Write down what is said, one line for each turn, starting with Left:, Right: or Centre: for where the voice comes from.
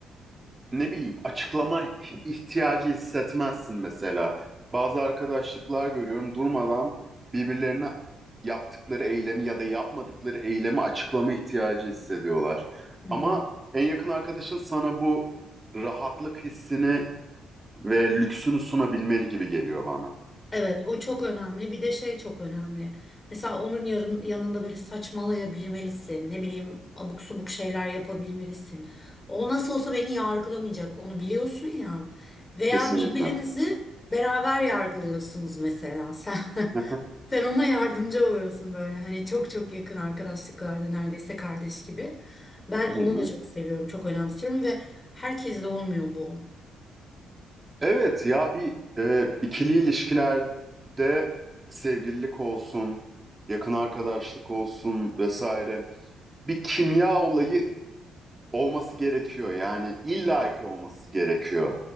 Right: ne bileyim açıklama ihtiyacı hissetmezsin mesela. Bazı arkadaşlıklar görüyorum durmadan birbirlerine yaptıkları eylemi ya da yapmadıkları eylemi açıklama ihtiyacı hissediyorlar.
Left: Hı hı.
Right: Ama en yakın arkadaşın sana bu rahatlık hissini ve lüksünü sunabilmeli gibi geliyor bana.
Left: Evet, o çok önemli. Bir de şey çok önemli. Mesela onun yarın yanında böyle saçmalayabilmelisin. Ne bileyim, abuk subuk şeyler yapabilmelisin. O nasıl olsa beni yargılamayacak. Onu biliyorsun ya. Veya
Right: Kesinlikle.
Left: birbirinizi beraber yargılıyorsunuz mesela. Sen
Right: <laughs>
Left: <laughs> sen ona yardımcı oluyorsun böyle. Hani çok çok yakın arkadaşlıklarda neredeyse kardeş gibi. Ben onu
Right: Hı hı.
Left: da çok seviyorum, çok önemsiyorum ve herkesle olmuyor bu.
Right: Evet ya bir e, ikili ilişkilerde sevgililik olsun, yakın arkadaşlık olsun vesaire. bir kimya olayı olması gerekiyor. Yani illaki olması gerekiyor.